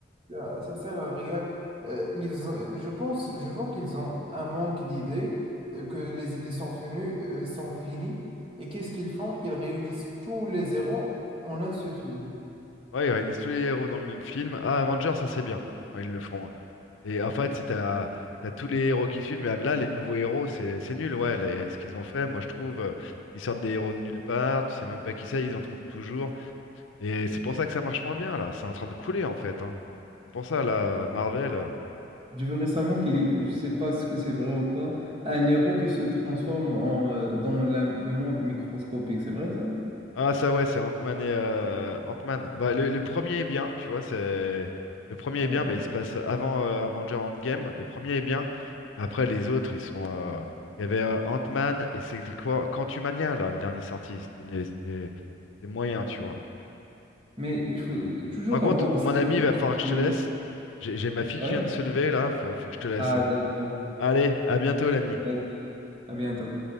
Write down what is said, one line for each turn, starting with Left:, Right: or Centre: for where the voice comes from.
Right: Ah, Ça sert à rien. Euh, ils ont- je pense, je vois qu'ils ont un manque d'idées, euh, que les idées sont venues, euh, sont finies. Et qu'est-ce qu'ils font? Ils réunissent tous les zéros en un seul film.
Left: Ouais, ils réunissent tous les héros dans le même film. Ah, Avenger, ça c'est bien quand ils le font. hein. Et en fait, c'est- t'as, t'as tous les héros qui suivent, mais là, les nouveaux héros, c'est c'est nul, ouais, les- ce qu'ils ont fait, moi je trouve, euh, ils sortent des héros de nulle part, tu sais même pas qui c'est, ils en trouvent toujours, et c'est pour ça que ça marche moins bien, là, c'est en train de couler, en fait, hein. C'est pour ça, là, Marvel, euh,
Right: J'ai vu récemment qu'il est, je sais pas ce que c'est vrai ou pas, un héros qui se transforme en, euh, dans la- le monde microscopique, c'est vrai ça?
Left: Ah ça ouais, c'est Ant-Man et euh, Ant-Man. Bah le, le premier est bien, tu vois, c'est le premier est
Right: Ouais.
Left: bien, bah, il se passe avant euh, Avengers Endgame. Le premier est bien. Mais Après les autres, ils sont euh, il y avait euh, Ant-Man et c'était quoi? Quantumania là, le dernier sorti, c'était né- c'était c'était moyen, tu vois.
Right: Mais il faut toujours
Left: Par contre,
Right: avoir
Left: mon
Right: cet
Left: ami,
Right: ordre
Left: il va falloir que
Right: chronologique.
Left: je te laisse. J'ai j'ai ma fille
Right: Ouais.
Left: qui vient de se lever là, faut, faut que je te laisse.
Right: Ah
Left: hein.
Right: d'accord.
Left: Allez, à bientôt l'ami.
Right: Vas-y. À bientôt.